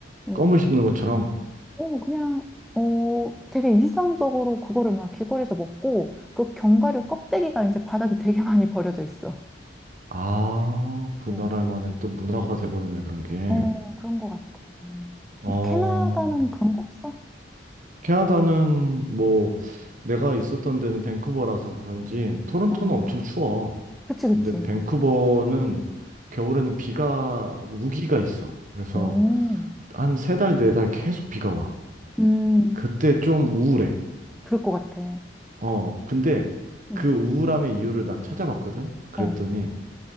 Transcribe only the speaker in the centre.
음.
어, 그냥, 어, 되게 일상적으로 그거를 막 길거리에서 먹고, 그 견과류 껍데기가 이제 바닥에 되게 많이 버려져 있어.
어,
어, 그런 것 같아.
뭐, 캐나다는 그런 거 없어?
어,
그치,
그치.
오,
음,
그럴 것 같아.
응,
어,